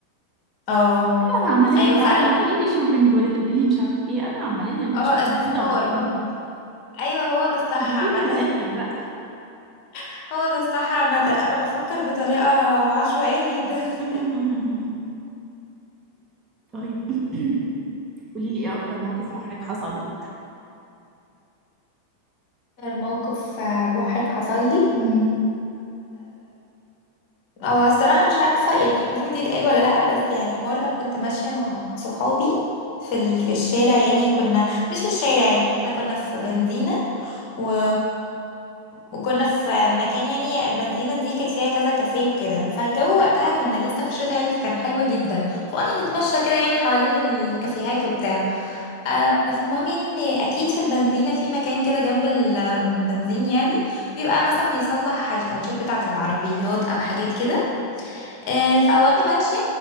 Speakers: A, on the left (about 40°); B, on the right (about 20°).
A: اه
B: ايوه انا عمليه
A: ايوه
B: بقى
A: فعلا
B: ولا تقولي لي شوبينج ولا تقولي لي مش عارف ايه انا عمليه نخش
A: اه
B: في
A: استثمار
B: الجديد على طول
A: اه ايوه هو ده الصح
B: دي
A: عامة
B: من الاخر بقى
A: <laughs> هو ده الصح عامة انا بفكر بطريقة عشوائية جدا
B: <laughs>
A: <laughs>
B: طيب <clears throat> قولي لي ايه اكتر موقف محرج حصل <laughs> لك
A: اكتر موقف آه، محرج حصل لي
B: مم.
A: هو الصراحة مش عارفة يعني المفروض يتقال ولا لأ بس يعني مرة كنت ماشية مع صحابي في ال... في الشارع يعني كنا مش في الشارع يعني احنا كنا في بنزينة و... وكنا في مكان يعني البنزينة دي كانت فيها كذا كافيه وكده فالجو وقتها كنا لسه في الشتاء يعني فكان حلو جدا فقلنا نتمشى كده يعني حوالين الكافيهات وبتاع آه، فالمهم يعني ان اكيد في البنزينة في مكان كده جنب البنزين يعني بيبقى مثلا بيصلح الكاوتشات بتاعة العربيات او حاجات كده آه، فوانا ماشيه